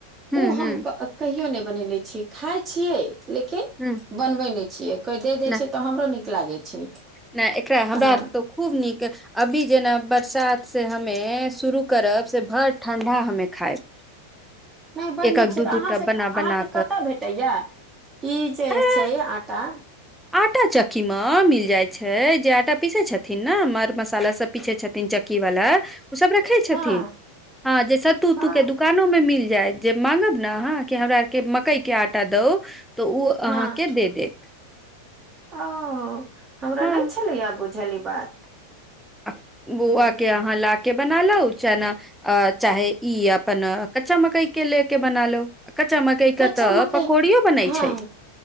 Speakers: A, in the centre; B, on the right.
A: हूँ
B: ओ हम
A: हूँ
B: क कहियो नहि बनेले छी खाइ छियै लेकिन
A: हूँ
B: बनबै नय छियै कोइ दे दै
A: नहि
B: छै त हमरो नीक लागै छै
A: नहि एकरा हमरा
B: अह
A: तो खूब नीक अभी जेना बरसात से हमे शुरू करब से भर ठण्ढा हमे खायब। <inaudible>
B: नय बड
A: एकक
B: नीक छै
A: दू
B: त अहाँ
A: दूटा
B: से
A: बना
B: अहाँ
A: बना
B: के कतय भेटैया ई
A: कऽ
B: जे छै आटा
A: आटा चक्की मे मिल जाइत छै जे आटा पीसैत छथिन ने मर मसाला सब पीछे छथिन चक्की वाला ओ सब र खय छथिन
B: हँ
A: हँ जे सत्तू
B: आ
A: उतू के दुकानो मे मिल जाय जे माँंगब ने अहाँ के हेबे के मकई के आटा दउ त ओ
B: हँ
A: अहाँके दे देत
B: ओ हमरा
A: हँ
B: नहि छलैया बुझल ई बात।
A: आ बौआ
B: हँ
A: के अहाँ ला के बना लउ चना आ चाहे ई अपन कच्चा मकई के ले के बनालो कच्चा म के
B: कच्चा
A: कइ त
B: मकइ
A: पकौड़ियो बनै
B: हँ
A: छै।